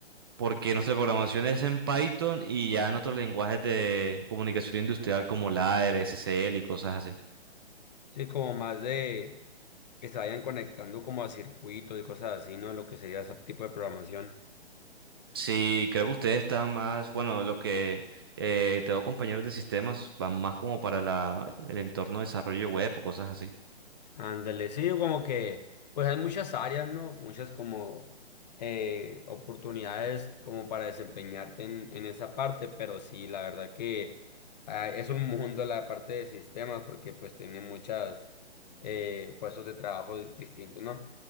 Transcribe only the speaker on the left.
Sí, como más de que se vayan conectando como a circuitos y cosas así, ¿no? Lo que sería ese tipo de programación.
Ándale, sí, como que pues hay muchas áreas, ¿no? Muchas como eh, oportunidades como para desempeñarte en, en esa parte, pero sí, la verdad que ah, es un mundo la parte de sistemas porque pues tiene muchas eh, puestos de trabajo di- distintos, ¿no?